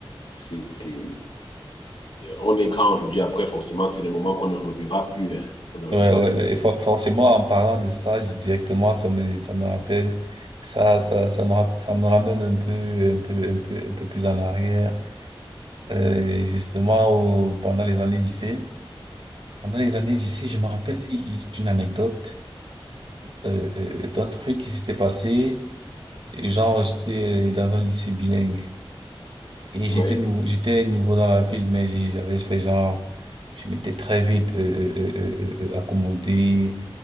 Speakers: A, on the left; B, on the right.
A: C'est, c'est, on est grand aujourd'hui. Après, forcément, c'est des moments qu'on ne revivra plus. Hein. On ne revivra
B: Ouais, ouais,
A: plus.
B: ouais, et for- forcément, en parlant de ça, j- directement, ça me, ça me rappelle, ça, ça, ça me, rap- ça me ramène un peu, un peu, un peu, un peu plus en arrière, euh, justement, au, pendant les années lycée. Pendant les années lycée, je me rappelle i- i- d'une anecdote, euh, euh, d'un truc qui s'était passé. Genre, j'étais euh, dans un lycée bilingue. Et
A: Oui,
B: j'étais nouveau, j'étais nouveau dans la ville, mais j'ai- j'avais fait genre, je m'étais très vite euh, euh, euh, euh, euh, euh, accommodé